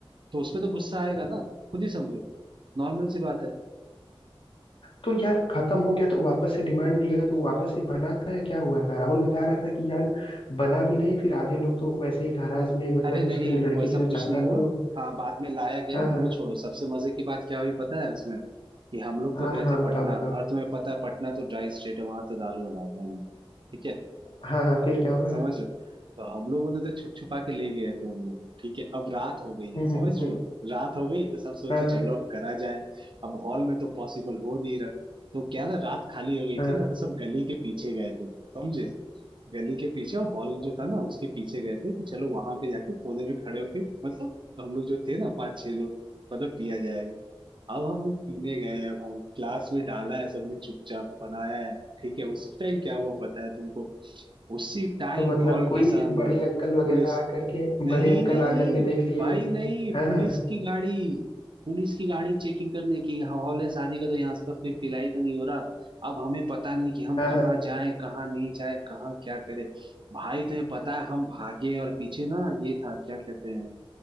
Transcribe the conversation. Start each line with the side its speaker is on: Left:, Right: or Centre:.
Right: तो उसपे तो गुस्सा आएगा ना खुद ही समझो नॉर्मल सी बात है
Left: तो यार खत्म हो गया तो वापस से डिमांड दिया तो वापस से बना था या क्या हुआ था राहुल बता रहा था कि यार बना भी नहीं फिर आधे लोग तो वैसे ही नाराज में मतलब
Right: अरे नहीं
Left: उसके जो लड़की
Right: वो ऐसा
Left: के जो
Right: कुछ
Left: चाचा
Right: नहीं हुआ
Left: थे वो
Right: हाँ बाद में लाया गया
Left: हाँ हाँ
Right: वो छोड़ो सबसे मजे की बात क्या हुई पता है उसमें कि हम लोग
Left: हाँ
Right: तो गए
Left: हाँ हाँ
Right: थे
Left: बताओ
Right: पटना
Left: बताओ
Right: और तुम्हें पता है पटना तो ड्राई स्टेट है वहां तो दारू अलाउ है नहीं ठीक है
Left: हाँ हाँ फिर क्या हुआ
Right: समझ रहे हो तो हम लोग उन्हें तो छुप छुपा के ले गए तो हम लोग ठीक है अब रात हो गई है
Left: हम्म
Right: समझ
Left: हम्म हम्म,
Right: रहे हो रात हो गई तो सब सोचे
Left: हाँ हाँ
Right: चलो अब करा जाए अब हॉल में तो पॉसिबल हो नहीं रहा तो क्या ना रात खाली हो गई
Left: हाँ
Right: थी ना तो सब गली के पीछे गए थे समझे गली के पीछे और हॉल जो था ना उसके पीछे गए थे कि चलो वहां पे जाके कोने में खड़े होके मतलब हम लोग जो थे ना पांच छह लोग मतलब पिया जाएगा अब हम लोग पीने गए हैं भाई ग्लास में डाला है सबने चुपचाप बनाया है ठीक है उस टाइम क्या हुआ पता है तुमको उसी टाइम
Left: तो मतलब
Right: हॉल
Left: कोई
Right: के सामने
Left: बड़े अंकल वगैरह
Right: पुलिस
Left: आकर के
Right: नहीं
Left: बड़े अंकल
Right: नहीं
Left: आकर के देख लिए
Right: भाई
Left: होंगे
Right: नहीं
Left: हाँ
Right: पुलिस
Left: हाँ
Right: की गाड़ी पुलिस की गाड़ी चेकिंग करने की यहाँ हॉल है शादी का तो यहाँ आसपास कोई पिलाई तो नहीं हो रहा अब हमें पता नहीं कि हम
Left: हाँ
Right: कहाँ
Left: हाँ
Right: जाएं कहाँ नहीं जाएं कहाँ क्या करें भाई तुम्हें पता है हम भागे और पीछे ना ये था क्या कहते हैं